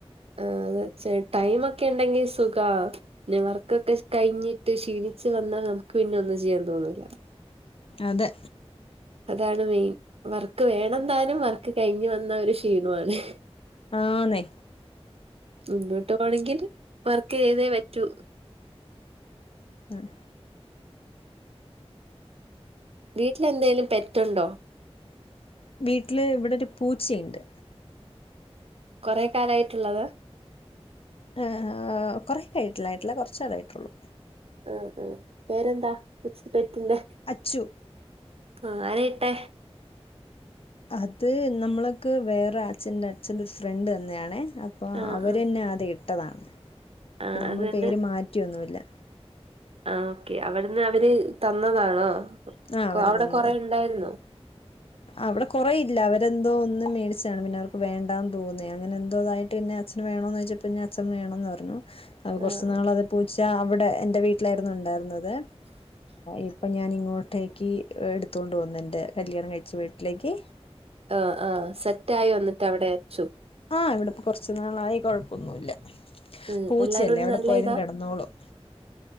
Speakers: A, on the right; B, on the left.
A: ആഹ് അതെ. ചെ ട്ടയ്മൊക്കെ ഇണ്ടെങ്കി സുഖാ നി വർക്കൊക്കെ കഴിഞ്ഞിട്ട് ഷീണിച്ച് വന്നാ നമുക്ക് പിന്നെ ഒന്നും ചെയ്യാൻ തോന്നൂല.
B: അതെ.
A: അതാണ് മെയിൻ. വർക്ക് വേണന്താനും വർക്ക് കഴിഞ്ഞു വന്ന ഒരു ക്ഷീണോ ആണ്.
B: ആന്നേ
A: മുന്നോട്ടുപോണെങ്കിൽ വർക്ക് ചെയ്തേ വറ്റൂ
B: ആം
A: വീട്ടിലെന്തേലും പെറ്റൊണ്ടോ
B: വീട്ടില് ഇവിടെയൊരു പൂച്ചയൊണ്ട്
A: കൊറെ കാലായിട്ടൊള്ളതാ
B: ആ ഹാ കൊറെ കായിട്ടുളയിട്ടില്ല കൊർച്ചാലായിട്ടൊള്ളൂ
A: ആആ പേരെന്താ കൊച്ചു പെറ്റിൻറ്റെ
B: അച്ചു
A: ആ ആരായിട്ടെ
B: അത് നമ്മള്ക്ക് വേറെ അച്ഛന്റെ അച്ഛന്റെ ഒരു ഫ്രണ്ട് തന്നെയാണേ അപ് അപ്പൊ
A: ആ
B: അവരന്നെ
A: ആ
B: ആദ്യം ഇട്ടതാണ്
A: ആ
B: പിന്നെ
A: അത്
B: നമ്മള്
A: തന്നെ
B: പേര് മാറ്റിയൊന്നുല്ലാ
A: ആ ഓക്കെ അവിടന്ന് അവര് തന്നതാണോ
B: ആ
A: കൊ-
B: അവരുതന്നയാ
A: അവിടെ കൊറെ ഉണ്ടായിരുന്നോ
B: അവിടെ കൊറേയില്ല അവരെന്തോ ഒന്നു മേടിച്ചതാണ് പിന്നെ അവർക്കു വേണ്ടാന്നുതോന്നി അങ്ങനെ എന്തോതായിട്ട് പിന്നെ അച്ഛന് വേണോന്ന് ചോദിച്ചപ്പോ പിന്നെ അച്ഛൻ വേണോന്ന് പറഞ്ഞു അപ്പോ
A: ആ
B: കൊറച്ച് നാളത്
A: ആ
B: പൂച്ച അവിടെ എന്റെ വീട്ടിലായിരുന്നു ഒണ്ടായിരുന്നത് ഇപ്പൊ ഞാനിങ്ങോട്ട് ട്ടേക്ക് എടുത്തോണ്ടുവന്നു എന്റെ കല്യാണം കഴിച്ച വീട്ടിലേയ്ക്ക്
A: ആ ആ സെറ്റായോ എന്നിട്ടവിടെ അച്ചു
B: ആ ഇവിടപ്പോ കൊറച്ചുനാളായി കൊഴപ്പൊന്നുല്ലാ
A: ഉം
B: പൂച്ചയല്ലേ
A: എല്ലാരോടും
B: എവിടെപോയാലും
A: നല്ല ഇതാ
B: കെടന്നോളും